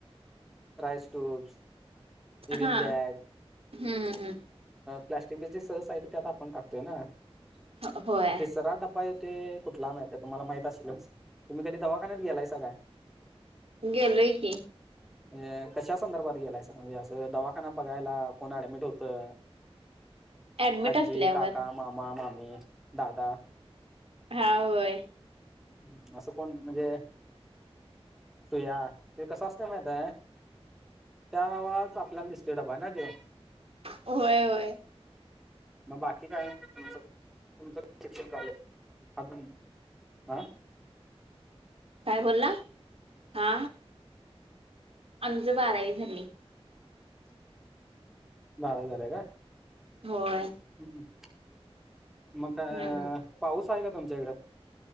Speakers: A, in the centre; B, on the right (about 65°).
A: Ryle's tubes. युरिन
B: हा
A: बॅग
B: हम्म हम्म
A: प्लास्टिक ब्लिस्टीक त्यात आपण टाकतोय ना
B: हम्म होय
A: तिसरा डबा ते कुठला माहीत तुम्हाला माहित असशीललच तुम्ही कधी दवाखान्यात गेलाय सा काय.
B: गेलोय की.
A: म्हणजे कशा संदर्भात गेलाय सर म्हणजे असं दवाखाना बघायला कोण ऍडमिट होतं.
B: ऍडमिट
A: आज्जी,
B: असल्यावर
A: काका, मामा, मामी, दादा,
B: हा होय
A: ह् असं कोण म्हणजे, सुया ते कसं असतेय माहीतय का? त्या आवारात आपल्याला दिसते डबा आहे ना ते.
B: होय होय
A: मग बाकी काय? तुमचं किती शिक्षणं झालंय अजुन. आं
B: काय बोलला आ आमची बारावी झाली.
A: बारावी झाल्या काय.
B: होय
A: हम्म मग काय
B: हम्म
A: पाऊस आहे का तुमच्याकडे.